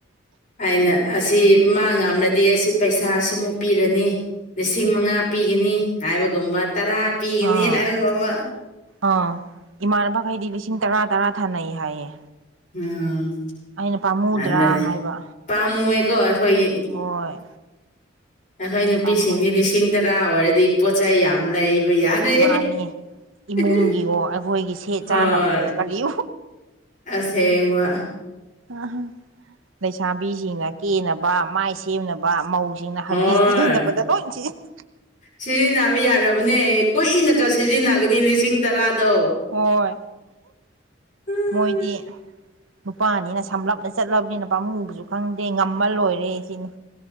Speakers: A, on the left; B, on the right.
A: ꯍꯥꯏꯅ ꯑꯁꯤ ꯃꯥ ꯉꯝꯂꯗꯤ ꯑꯁꯤ ꯄꯩꯁꯥ ꯁꯤꯃꯨꯛ ꯄꯤꯔꯅꯤ ꯂꯤꯁꯤꯡ ꯃꯉꯥ ꯄꯤꯒꯅꯤ ꯍꯥꯏꯕꯒꯨꯝꯕ ꯇꯔꯥ ꯄꯤꯒꯅꯤ
B: ꯑꯥ
A: ꯍꯥꯏꯒꯨꯝꯕ
B: ꯑꯥ ꯏꯃꯥꯟꯅꯕꯈꯩꯗꯤ ꯂꯤꯁꯤꯡ ꯇꯔꯥ ꯇꯔꯥ ꯊꯥꯅꯩ ꯍꯥꯏꯌꯦ
A: ꯎꯝ
B: ꯑꯩꯅ ꯄꯥꯝꯃꯨꯗ꯭ꯔꯥ
A: ꯑꯗꯅꯦ
B: ꯍꯥꯏꯕ
A: ꯄꯥꯝꯃꯨꯑꯦꯀꯣ ꯑꯈꯣꯏꯒꯤ
B: ꯍꯣꯏ
A: ꯑꯩꯈꯣꯏ ꯅꯨꯄꯤꯁꯤꯡꯗꯤ
B: ꯄꯥꯝꯃꯨꯏ
A: ꯂꯤꯁꯤꯡ ꯇꯔꯥ ꯑꯣꯏꯔꯗꯤ ꯄꯣꯠꯆꯩ ꯌꯥꯝ ꯂꯩ ꯕ ꯌꯥꯔꯦ
B: ꯃꯥꯅꯦ
A: <unintelligible>
B: ꯏꯃꯨꯡꯒꯤꯋꯣ ꯑꯩꯈꯣꯏꯒꯤ ꯁꯦꯠ
A: ꯍꯣꯏ
B: ꯆꯥꯅꯕꯋꯣ ꯀꯔꯤ
A: ꯑꯁꯦꯡꯕ
B: ꯑ ꯂꯩꯁꯥꯕꯤꯁꯤꯡꯅ ꯀꯦꯅꯕ ꯃꯥꯏ ꯁꯦꯝꯅꯕ ꯃꯧ ꯁꯤꯡꯅ
A: ꯍꯣꯏ
B: ꯍꯒꯤꯁ ꯂꯩꯅꯕꯗ ꯂꯣꯏ ꯁꯤꯖꯤꯟꯅꯩ
A: ꯁꯤꯖꯤꯟꯅꯕ ꯌꯥꯔꯕꯅꯦ ꯀꯨꯏꯅ ꯀ ꯁꯤꯖꯤꯟꯅꯒꯅꯤ ꯂꯤꯁꯤꯡ ꯇꯔꯥ ꯑꯗꯣ
B: ꯍꯣꯏ
A: ꯎꯝ
B: ꯃꯣꯏꯗꯤ ꯅꯨꯄꯥꯅꯤꯅ ꯁꯝꯂꯞꯅ ꯆꯠꯂꯕꯅꯤ ꯄꯥꯃꯨꯕꯁꯨ ꯈꯪꯗꯦ ꯉꯝꯃ ꯂꯣꯏꯔꯦ ꯁꯤꯅꯤ